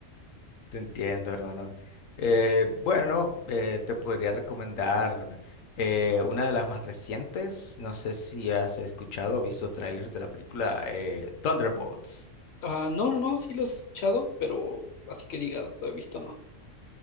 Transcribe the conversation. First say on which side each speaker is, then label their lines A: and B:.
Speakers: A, on the left (about 75°); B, on the left (about 60°).
A: Te entiendo, hermano. Eh, bueno, eh, te podría recomendar eh, una de las más recientes. No sé si has escuchado o visto trailers de la película eh, Thunderbolts.
B: Ah, no, no, no, sí los he escuchado, pero así que digas, lo he visto, no.